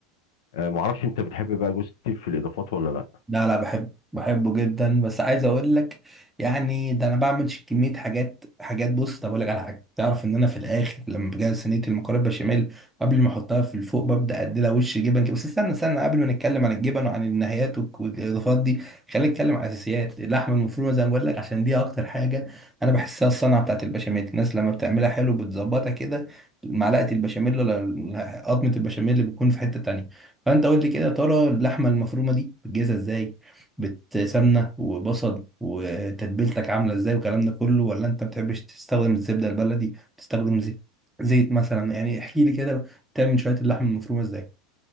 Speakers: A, on the left; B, in the centre.
A: آه، معرفش انت بتحب بقى جوز الطيب في الاضافات ولا لا
B: لا لا بحب بحبه جدا بس عايز اقول لك يعني ده انا بعمل ش- كميه حاجات حاجات بص طب اقول لك على حاجه تعرف ان انا في الاخر لما بجهز صينيه المكرونه بشاميل قبل ما احطها في الفوق ببدا اديلها وش جبن كده. بس استنى استنى قبل ما نتكلم عن الجبن وعن النهايات والك- والاضافات دي خلينا نتكلم عن الاساسيات اللحمه المفرومه زي ما بقول لك عشان دي اكتر حاجه انا بحسها الصنعه بتاعت البشاميل الناس لما بتعملها حلو بتظبطها كده معلقه البشاميل ولا قطمه البشاميل اللي بتكون في حته تانيه فانت قول لي كده يا ترى اللحمه المفرومه دي بتجهزها ازاي بتسمنه وبصل وتتبيلتك عامله ازاي والكلام ده كله ولا انت ما بتحبش تستخدم الزبده البلدي بتستخدم زيت زيت مثلا يعني احكي لي كده بتعمل شويه اللحمه المفرومه ازاي